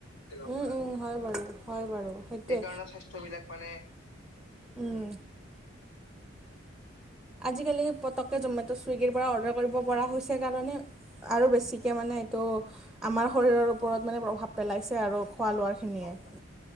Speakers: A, on the left; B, in the centre.
A: লৰ
B: উম,
A: পৰা।
B: উম, হয় বাৰু, হয় বাৰু। সেইটোৱে
A: সেইকাৰণে স্বাস্থ্য বিলাক মানে
B: উম। আজিকালি পটকে জমেটো', চুইগীৰ পৰা অৰ্ডাৰ কৰিব পৰা হৈছে কাৰণে আৰু বেছিকে মানে এইটো আমাৰ শৰীৰৰ ওপৰত মানে প্ৰভাৱ পেলাইছে আৰু খোৱা লোৱাৰ। খিনিয়ে,
A: হয় হয়